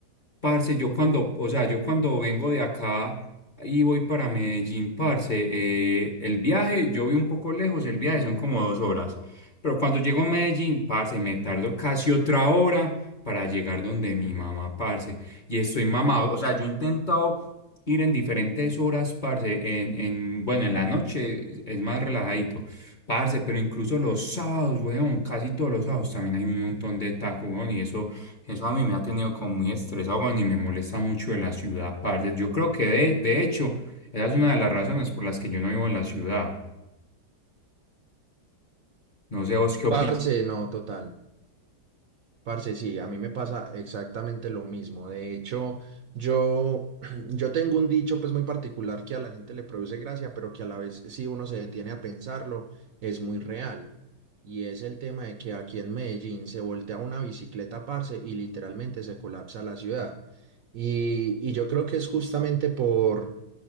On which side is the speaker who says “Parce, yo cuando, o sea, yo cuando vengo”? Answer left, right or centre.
Left